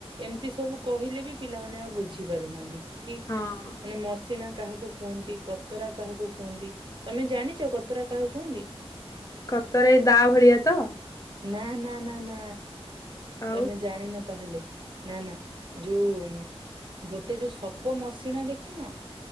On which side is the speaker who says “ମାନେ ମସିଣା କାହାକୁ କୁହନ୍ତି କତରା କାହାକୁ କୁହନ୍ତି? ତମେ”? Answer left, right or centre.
Right